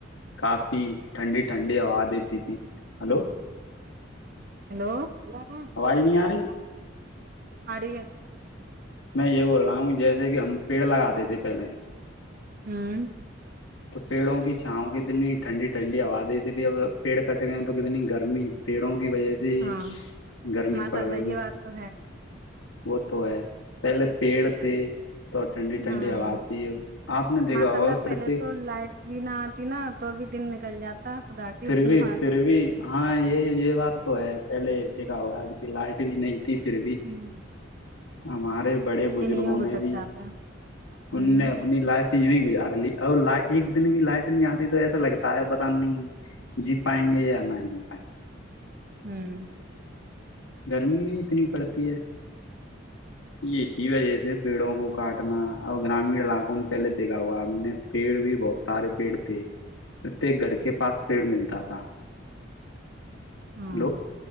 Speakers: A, on the left; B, on the right.
A: کافی ٹھنڈی ٹھنڈی ہوا دیتی تھی ہلو
B: ہیلو لم
A: آواز نہیں آ رہی
B: <unintelligible> آ رہی ہے
A: میں یہ بول رہا ہوں کہ جیسے کہ ہم پیڑ لگاتے تھے پلے
B: ہوں
A: تو پیڑوں کی چھاؤ کتنی ٹھنڈی ٹھنڈی ہوا دیتی تھی اب پیڑ کٹ گئے تو کتنی گرمی پیڑوں کی کی وجہ سے ہی
B: ہاں
A: گرمی
B: ماشاء
A: پڑ
B: اللہ
A: رہی
B: یہ بات
A: ہے
B: تو
A: وہ تو ہے پہلے پیڑ تھے تو ٹھنڈی ٹھنڈی
B: ہاں
A: ہوا آتی ہے آپ نے دیکھا
B: ماشاء
A: ہوگا
B: اللہ
A: پرتییک
B: پہلے تو لائٹ بھی نہ آتی نا تو بھی دن نکل جاتا خدا کی
A: پھر
B: دعا
A: بھی پھر
B: سے
A: بھی ہاں یہ یہ بات تو ہے پہلے دیکھا ہوا لائٹ بھی نہیں ت پھر بھی
B: ہوں
A: ہم ہمارے بڑے بزرگوں
B: دن یوں
A: نے
B: گزر
A: بھی
B: جاتا ہے ہوں
A: ان نے اپنی لائف چیزوں ہی گزارلی اور ل ایک دن بھی لائٹ نہیں آتی تو ایسا لگتا ہے پتتا نہیں جی پائیں گے یا نہ جی پائیں گے
B: ہوں
A: گرمی بھی اتنی پڑتی ہے یہ اسی وجہ سے پیڑوں کو کاٹنا اور گرامین علاقوں میں پہلے دیکھا ہوا ہم نے پیڑ بھی بہت سارے پیڑ تھے پرتیک گھر کے پاس پیڑ ملتا تھا
B: ہاں
A: ہلو